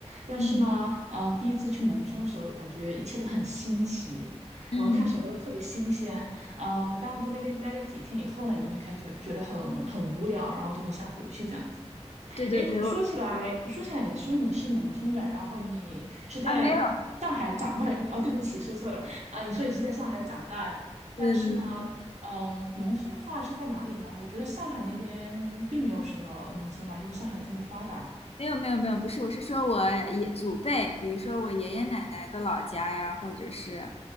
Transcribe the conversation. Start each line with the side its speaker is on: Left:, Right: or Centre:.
Right: 但是呢，
Left: 嗯
Right: 呃，第一次去农村的时候，感觉一切都很新奇，
Left: 嗯，
Right: 然后看什么都特别新鲜，呃，当然在那边待了几天以后呢，你就会开始觉得很很无聊，然后就会想回去这样子。
Left: 对对对，
Right: 哎，说起来，
Left: 我
Right: 说起来，你说你是农村的，然后你是在
Left: 啊没有，
Right: 上海长，不是，哦，对不起，说错了，啊、你说你是在上海长大的，但是呢，
Left: 对对对。
Right: 嗯，农村的话是在哪里呢？我觉得上海那边并没有什么农村嘛，因为上海这么发达。
Left: 没有没有没有，不是，我是说我爷祖辈，比如说我爷爷奶奶的老家呀，或者是